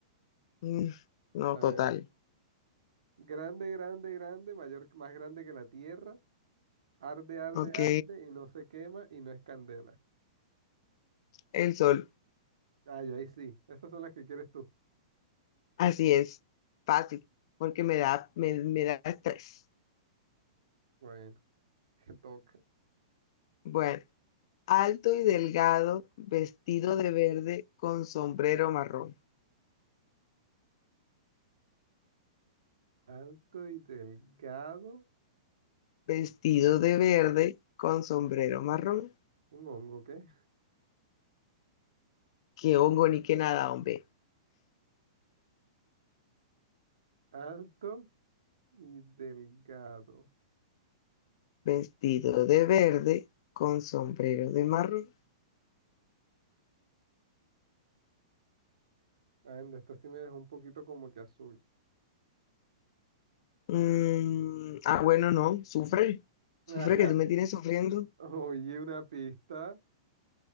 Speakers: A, on the left (about 55°); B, on the right (about 85°).
A: Mm, No,
B: A
A: total.
B: ver. Grande, grande, grande, mayor, más grande que la tierra. Arde, arde,
A: Ok,
B: arde y no se quema y no es candela.
A: el sol.
B: Ay, ahí sí. Esas son las que quieres tú.
A: Así es, fácil, porque me da, me, me da estrés.
B: Bueno, <laughs> te toca.
A: Bueno, alto y delgado, vestido de verde con sombrero marrón.
B: Alto y delgado.
A: Vestido de verde con sombrero marrón.
B: Un hongo, ¿qué?
A: Qué hongo ni qué nada, hombre.
B: Alto y delgado.
A: Vestido de verde con sombrero de marrón.
B: Anda, esta sí me dejó un poquito como que azul.
A: Mm, ah, bueno, no, sufre, sufre
B: <laughs>
A: que tú me tienes sufriendo.
B: Oye, una pista.